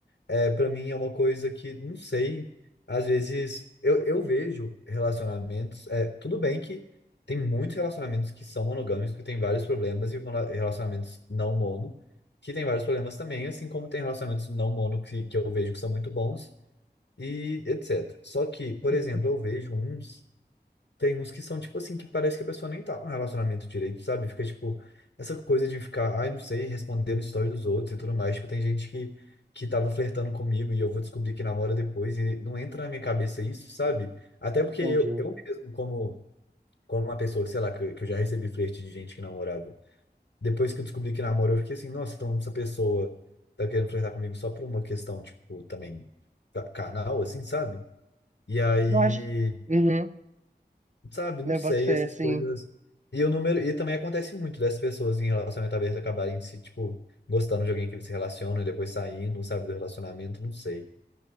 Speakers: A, on the left (about 80°); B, on the right (about 45°).
A: É, para mim é uma coisa que, não sei, às vezes eu, eu vejo relacionamentos, é, tudo bem que tem muitos relacionamentos que são monogâmicos, que tem vários problemas, e mono- relacionamentos não mono, que tem vários problemas também, assim como tem relacionamentos não mono que, que eu vejo que são muito bons, e etc. Só que, por
B: Uhum,
A: exemplo, eu vejo uns tem uns que são, tipo assim, que parece que a pessoa nem tá num relacionamento direito, sabe? Fica, tipo, essa coisa de ficar, ai, não sei, respondendo história dos outros e tudo mais. Tipo, tem gente que, que tava flertando comigo e eu vou descobrir que namora depois e não entra na minha cabeça isso, sabe? Até porque
B: Entendi.
A: eu, eu mesmo, como, como uma pessoa, sei lá, que, que eu já recebi flerte de gente que namorava. Depois que eu descobri que namora, eu fiquei assim, nossa, então essa pessoa tá querendo flertar comigo só por uma questão, tipo, também ca- carnal, assim, sabe? E aí
B: Eu acho. Uhum.
A: sabe, não
B: Né,
A: sei,
B: eu boto fé,
A: essas
B: assim.
A: coisas. E o número, e também acontece muito dessas pessoas em relacionamento aberto acabarem se, tipo, gostando de alguém que eles se relacionam e depois saindo, sabe, do relacionamento, não sei.